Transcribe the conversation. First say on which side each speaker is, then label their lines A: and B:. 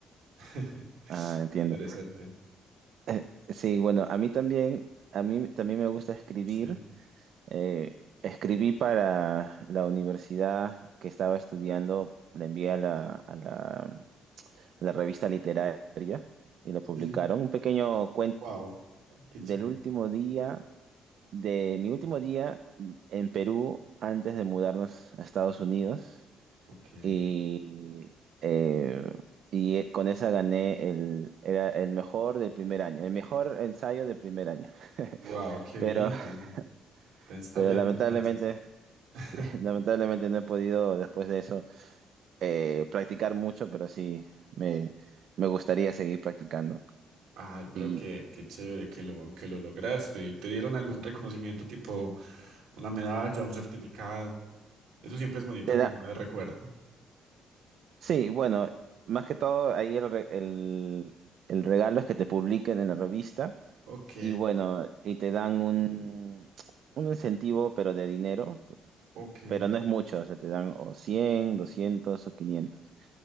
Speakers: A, on the right (about 85°); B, on the right (about 70°).
A: <laughs>
B: Ah, entiendo.
A: Interesante.
B: Eh, sí, bueno, a mí también, a mí también me gusta escribir.
A: Sí.
B: Eh, escribí para la universidad que estaba estudiando, le envié a la, a la, a la revista literaria y lo publicaron.
A: Sí.
B: Un pequeño cuento
A: Wow, qué
B: del
A: chévere.
B: último día, de mi último día en Perú antes de mudarnos a Estados Unidos.
A: Ok.
B: y, eh, y eh, con esa gané el, era el mejor del primer año, el mejor ensayo del primer año.
A: Wow, qué
B: Pero,
A: bien, qué
B: <laughs>
A: bien. Tienes talento
B: pero lamentablemente,
A: entonces.
B: sí,
A: <laughs>
B: <laughs> lamentablemente no he podido después de eso eh, practicar mucho, pero sí me, me gustaría seguir practicando.
A: Ay, pero
B: Y
A: qué, qué chévere que lo, que lo lograste. ¿Y te dieron algún reconocimiento tipo una medalla, un certificado? Eso siempre es bonito
B: te
A: como
B: da,
A: de recuerdo.
B: sí, bueno, más que todo ahí el, re- el, el regalo es que te publiquen en la revista.
A: Ok,
B: Y bueno, y te dan un, un incentivo, pero de dinero,
A: ok,
B: pero no es mucho, o sea, te dan o 100, 200 o 500.